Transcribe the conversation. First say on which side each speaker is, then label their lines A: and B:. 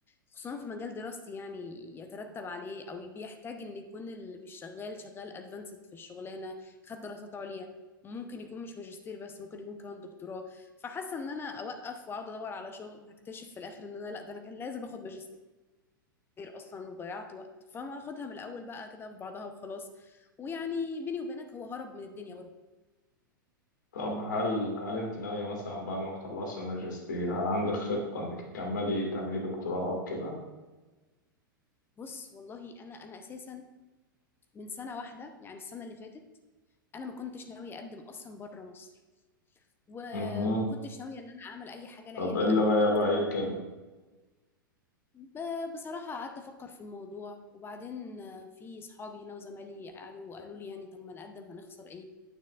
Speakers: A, on the left (about 20°); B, on the left (about 60°).
A: خصوصا في مجال دراستي يعني يترتب عليه او بيحتاج ان يكون اللي بيشتغل شغال ادفانسد في الشغلانة خد دراسات عليا ممكن يكون مش ماجستير بس ممكن يكون كمان دكتوراه فحاسة ان انا اوقف واقعد ادور على شغل هكتشف في الاخر ان انا لا ده انا كان لازم اخد ماجستير اصلا وضيعت وقت فما اخدها من الاول بقى كده في بعضها وخلاص ويعني بيني وبينك هو هرب من الدنيا
B: طب هل هل انت ناوية مثلا بعد ما تخلصي ماجستير هل عندك خطة انك تكملي تعملي دكتوراه او كده؟
A: بص والله انا انا اساسا من سنه واحده يعني السنه اللي فاتت انا ما كنتش ناويه اقدم اصلا بره مصر و-
B: مهم.
A: وما كنتش ناويه ان انا اعمل اي حاجه لا
B: طب
A: يعني
B: ايه اللي
A: انا
B: غير
A: كنت مقرره
B: رأيك كده؟
A: ب- بصراحه قعدت افكر في الموضوع وبعدين آه، في صحابي هنا وزمالي قعدوا قالوا لي يعني طب ما نقدم هنخسر ايه